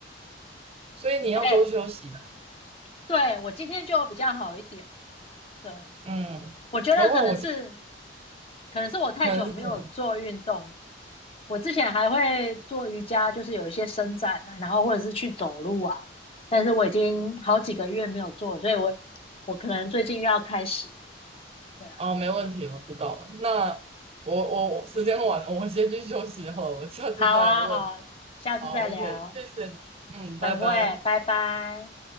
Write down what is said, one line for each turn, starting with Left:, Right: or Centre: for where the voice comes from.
Right: 所以你要多休息的。
Left: 哎，对，我今天就比较好一点。对，
Right: 嗯，
Left: 我觉得可能是，
Right: 何况我今天。
Left: 可能是我太久没有做运动了
Right: 可能是什么？
Left: 我之前还会做瑜伽，就是有一些伸展啊，然后或者是去走路啊。但是我已经好几个月没有做了所以我我可能最近又要开始。对啊，
Right: 啊？没问题，我知道了。那我我我时间晚了，我先去休息好了，我下次再来问你。
Left: 好啊，好啊，下次再聊，
Right: 好，OK，谢谢你。嗯，
Left: 拜拜，
Right: 拜拜。
Left: 拜拜。